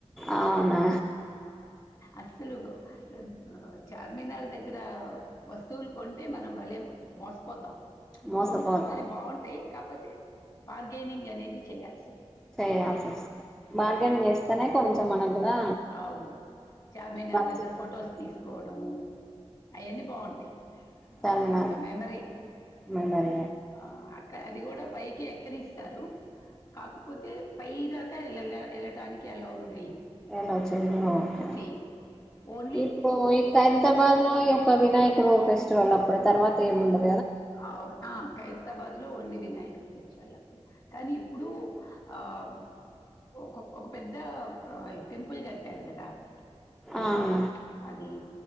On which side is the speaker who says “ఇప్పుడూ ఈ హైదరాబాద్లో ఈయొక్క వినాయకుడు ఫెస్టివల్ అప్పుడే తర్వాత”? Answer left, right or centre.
Centre